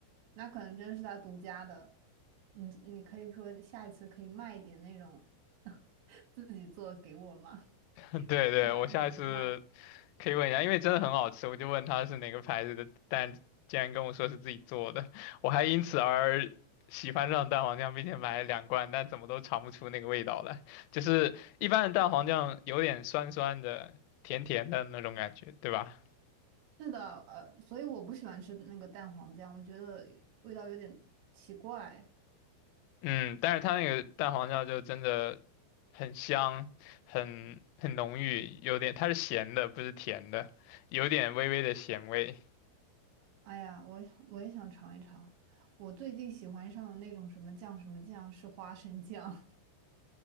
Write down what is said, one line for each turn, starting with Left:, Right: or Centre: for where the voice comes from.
Right: 那可能真的是他独家的。你你可以说下一次可以卖一点那种 <laughs> 自己做给我吗？
Left: <laughs> 对对，
Right: 咱们不卖。
Left: 我下一次可以问一下，因为真的很好吃，我就问他是哪个牌子的，但竟然跟我说是自己做的，我还因此而喜欢上蛋黄酱，并且买了两罐，但怎么都尝不出那个味道来。就是一般的蛋黄酱有点酸酸的、甜甜的那种感觉，对吧？
Right: 是的，呃，所以我不喜欢吃那个蛋黄酱，我觉得味道有点奇怪。
Left: 嗯，但是它那个蛋黄酱就真的很香，很很浓郁，有点它是咸的，不是甜的，有点微微的咸味。
Right: 哎呀，我我也想尝一尝。我最近喜欢上的那种什么酱什么酱是花生酱，